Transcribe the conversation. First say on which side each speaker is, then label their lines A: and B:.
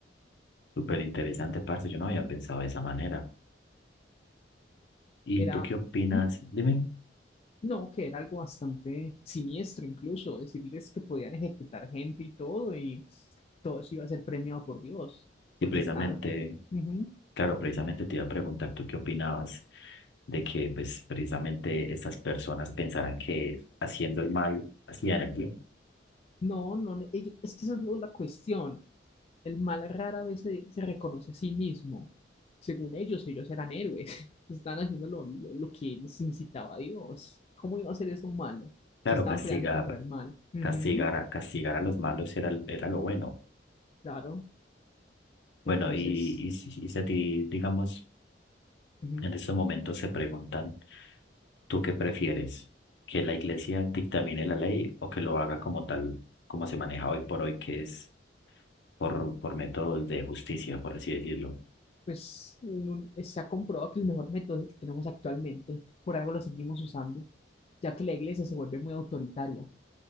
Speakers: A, on the left; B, on the left.
A: Súper interesante, parce. Yo no había pensado de esa manera. ¿Y
B: Era
A: tú qué opinas?
B: un
A: Dime.
B: No, que era algo bastante siniestro incluso, decirles que podían ejecutar gente y todo, y todo eso iba a ser premiado por Dios,
A: Y
B: porque
A: precisamente,
B: estaban... Ujú.
A: claro, precisamente te iba a preguntar, ¿tú qué opinabas de que, pues, precisamente estas personas pensaran que haciendo el mal hacían el bien?
B: No, no, no, ellos- es que esa es lo- la cuestión. El mal rara vez se, se reconoce a sí mismo. Según ellos, ellos eran héroes, <laughs> estaban haciendo lo, lo, lo que les incitaba a Dios. ¿Cómo iba a ser eso malo?
A: Claro,
B: Si estaban
A: castigar,
B: peleando contra el mal. Ujú,
A: castigar, a- castigar a los malos era, el- era lo bueno.
B: Claro,
A: Bueno,
B: entonces...
A: y, y, si y si a ti, digamos,
B: ujú.
A: En este momento se preguntan, ¿tú qué prefieres? ¿Que la iglesia dictamine la ley o que lo haga como tal, como se maneja hoy por hoy, que es por, por métodos de justicia, por así decirlo?
B: pues un- se ha comprobado que el mejor método es el que tenemos actualmente, por algo lo seguimos usando, ya que la iglesia se vuelve muy autoritaria